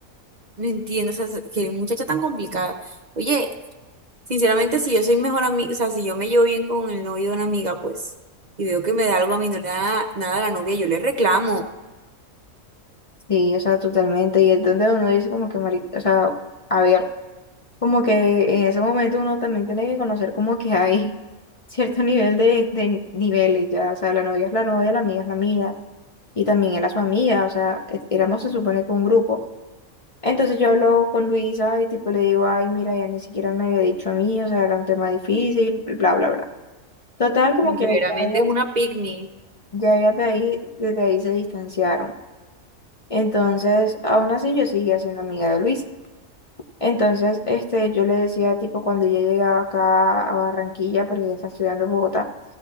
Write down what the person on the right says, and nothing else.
no entiendo, o sea, qué muchacha tan complicada. Oye, Sinceramente, si yo soy mejor amiga, o sea, si yo me llevo bien con el novio de una amiga, pues, y veo que me da algo a mí, no le da nada, nada a la novia, yo le reclamo.
Verdaderamente
es una pick me.